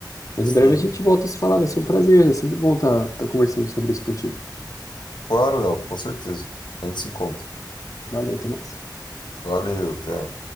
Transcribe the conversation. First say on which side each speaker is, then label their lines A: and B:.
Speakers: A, on the left; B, on the left.
A: Mas
B: Sim,
A: em breve a gente volta a se falar, vai ser um prazer, é sempre bom estar tá, tá conversando sobre isso contigo.
B: claro, Léo, com certeza. A gente se encontra.
A: Valeu, até mais.
B: Valeu, até.